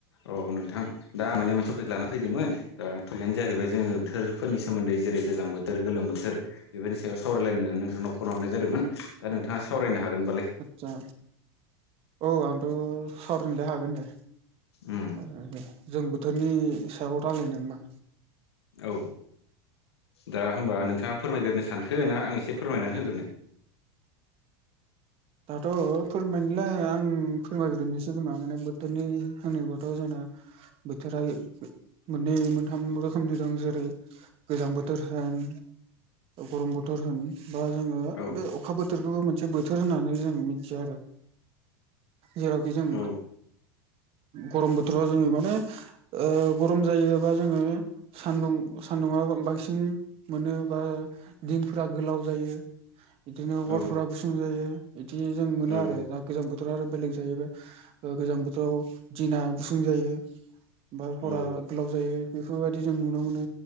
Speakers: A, on the left (about 85°); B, on the right (about 45°).
A: औ नोंथां दा माने मोनसे टपिक लाना फैदोंमोन द टपिकनो जाहैबाय जोङो बोथोर फोरनि सोमोन्दै जेरै गोजां बोथोर गोलोम बोथोर बेफोरनि सायाव सावरायलायनानै नोंथांनाव फन हरनाय जादोंमोन। दा नोंथाङा सावरायनो हागोन होनबालाय?
B: आचसा औ आंथ' सारनिलाय हागोन दे।
A: उम
B: आरो जों बोथोरनि हिसाबाव रायजलायनाय नामा?
A: औ दा होमबा नोंथाङा फोरमायग्रोनो सानखो ना आं एसे फोरमायनानै होगोरनो
B: दाथ' फोरमायलाय आं फोरमायग्रोननि सिगोमा माने बोथोरनि होनोबाथ' जोंना बोथोरा मोननै मोनथाम रोखोमनि दं जेरै गोजां बोथोर होन गरम बोथोर होन बा जोङो
A: औ
B: बे अखा बोथोरखौबो मोनसे बोथोर होननानै जों मिथिया आरो जेरावखि जों
A: औ
B: गरम बोथोराव जोङो माने गरम जायोबा जोङो सान्दुं सान्दुंङा बांसिन मोनो बा दिनफोरा गोलाव जायो बिदिनो
A: औ
B: हरफोरा गुसुं जायो बिदि जों मोनो
A: औ
B: आरो गोजां बोथोराव आरो बेलेग जायोबाय गोजां बोथोराव दिना गुसुं जायो। बा हरा
A: औ
B: गोलाव जायो। बेफोरबायदि जों नुनो मोनो